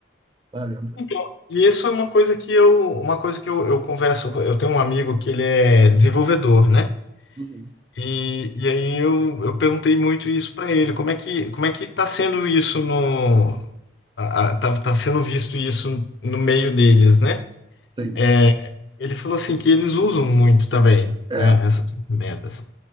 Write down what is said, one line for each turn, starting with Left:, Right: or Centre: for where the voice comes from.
Right: sabe?
Left: Então, e isso é uma coisa que eu, uma coisa que eu, eu converso, eu tenho um amigo que ele é desenvolvedor, né?
Right: Uhum,
Left: E, e aí eu, eu perguntei muito isso para ele, como é que, como é que tá sendo isso no, a, a- tá, tá sendo visto isso no meio deles, né?
Right: sim,
Left: É, ele falou assim que eles usam muito também,
Right: é
Left: né, essas ferramentas.